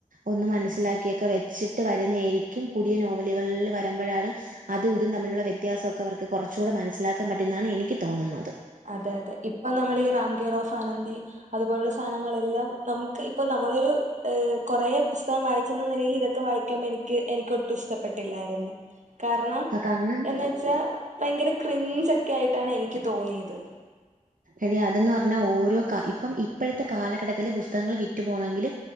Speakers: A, on the right; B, on the right.
A: ഒന്ന് മനസ്സിലാക്കിയൊക്ക വെച്ചിട്ട് വരുന്നായിരിക്കും പുതിയ നോവലുകൾല് വരമ്പഴാണ് അതും ഇതും തമ്മിലുള്ള വ്യത്യാസൊക്ക അവർക്ക് കൊർച് കൂടെ മനസ്സിലാക്കാൻ പറ്റുന്നതാണ് എനിക്ക് തോന്നുന്നത്
B: അതെ അതെ ഇപ്പം നമ്മള് ഈ റംകെ റോഫ് അനന്ദി അതുപോലുള്ള സാനങ്ങളെല്ലാം നമുക്ക് ഇപ്പൊ നമ്മളൊരു കോറെ പുസ്തകം വായിച്ചെന്ന നെലയി ഇതൊക്കെ വായി ക്കുമ്പം എനിക്ക് എനിക്ക് ഒട്ടും ഇഷ്ടപ്പെട്ടില്ലായിരുന്നു കാരണം
A: കാരണം
B: എന്ന് വെച്ചാ ഭയങ്കര ക്രിഞ്ചൊക്കെ ആയിട്ടാണ് എനിക്ക് തോന്നിയ ത്
A: എടി അതന്ന് പർഞ്ഞാ ഓരോ കാ ഇപ്പം ഇപ്പഴത്തെ കാലഘട്ടത്തില് പുസ്തകങ്ങള് വിറ്റു പോണങ്കില്